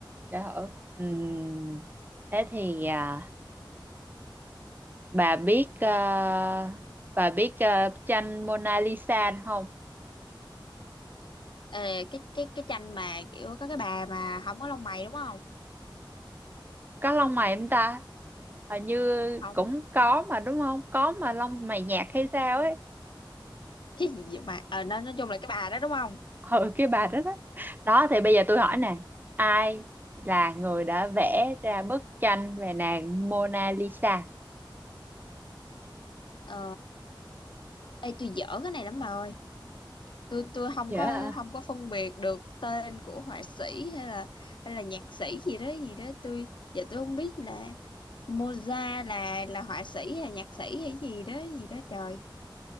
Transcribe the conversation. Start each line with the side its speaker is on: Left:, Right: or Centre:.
Right: trời ơi Ừm, thế thì à, bà biết à, bà biết à, tranh Mona Lisa không?
Left: Ê, cái cái cái tranh mà kiểu có cái bà mà không có lông mày đúng không
Right: Có lông mày không ta? Hình như
Left: không
Right: cũng có mà đúng không? Có mà lông mày nhạt hay sao ấy?
Left: <laughs> cái gì vậy mà ờ nói, nói chung là cái bà đó đúng không
Right: Ừ cái bà đó đó. Đó thì bây giờ tôi hỏi nè, ai là người đã vẽ ra bức tranh về nàng Mona Lisa?
Left: ờ ê tôi dở cái này lắm bà ơi tôi tôi không
Right: Dạ.
Left: có không có phân biệt được tên của họa sĩ hay là hay là nhạc sĩ gì đó gì đó tôi giờ tôi không biết là Moza là là họa sĩ hay là nhạc sĩ hay gì đó gì đó trời